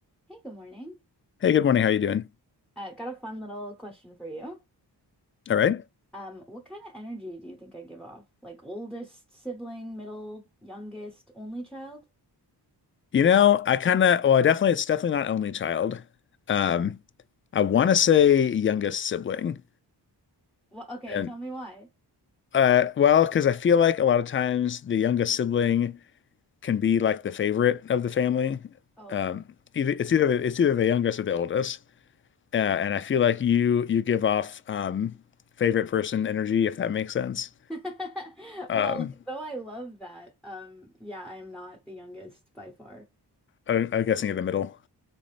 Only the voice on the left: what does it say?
Hey, good morning. How you doing?
All right.
You know, I kind of, well, I definitely, it's definitely not only child. Um, I want to say youngest sibling.
And,
uh, well, because I feel like a lot of times the youngest sibling can be like the favorite of the family.
Um, either, it's either, the, it's either the youngest or the oldest. Uh, and I feel like you, you give off, um, favorite person energy, if that makes sense.
Um,
I, I'm guessing in the middle.